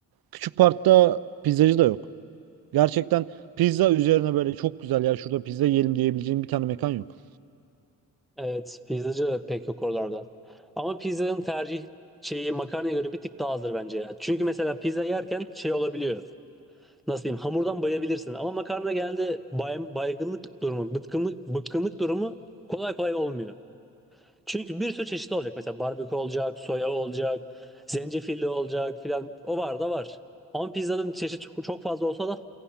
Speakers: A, on the right; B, in the centre.
A: küçük parkta pizzacı da yok. Gerçekten pizza üzerine böyle çok güzel ya şurada pizza yiyelim diyebileceğim bir tane mekan yok.
B: Evet, pizzacı pek yok oralarda. Ama pizzanın tercih şeyi makarnaya göre bir tık daha azdır bence ya. Çünkü mesela pizza yerken şey olabiliyor. nasıl diyeyim hamurdan bayabilirsin. Ama makarna geldi bay, baygınlık durumu, bıkkınlık, bıkkınlık durumu kolay kolay olmuyor. Çünkü bir sürü çeşit olacak. Mesela barbekü olacak, soya olacak, zencefilli olacak filan. O var da var. Ama pizzanın çeşit çok çok fazla olsa da